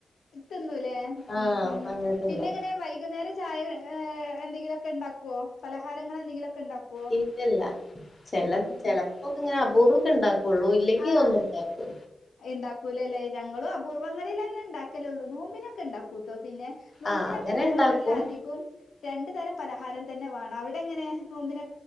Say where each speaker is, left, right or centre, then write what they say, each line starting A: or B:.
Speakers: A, on the left; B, on the left.
A: തിന്നുല്ലേ
B: ആഹ്
A: ഉം ഉം
B: അങ്ങനെ തിന്നും
A: പിന്നെ എങ്ങനെ വൈകുന്നേരം ചായ ഏ എന്തെങ്കിലോക്കെ ഉണ്ടാക്കുവോ പലഹാരങ്ങൾ എന്തെങ്കിലോ ഒക്കെ ണ്ടാക്കുവോ
B: ഇല്ലല്ല ചെല ചെലപ്പോക്കെ ഞാ അപൂർവൊക്കെ ഉണ്ടാകോള്ളൂ ഇല്ലെങ്കി
A: ആഹ്
B: ഒന്നും ഉണ്ടാക്കു
A: ഇണ്ടാക്കൂലല്ലേ ഞങ്ങളും അപൂർവങ്ങളിൽന്നെ ഇണ്ടാക്കലോള്ളൂ നോമ്പിനൊക്കെ ഇണ്ടാക കുട്ടോ പിന്നെ നോമ്പിനൊക്കെ
B: ആഹ് അങ്ങനെ
A: ഞങ്ങളെ
B: ഇണ്ടാക്കും
A: വീട്ടില് അധികം രണ്ടു തരം പലഹാരം തന്നെ വേണം അവിടെ എങ്ങനെ നോമ്പിന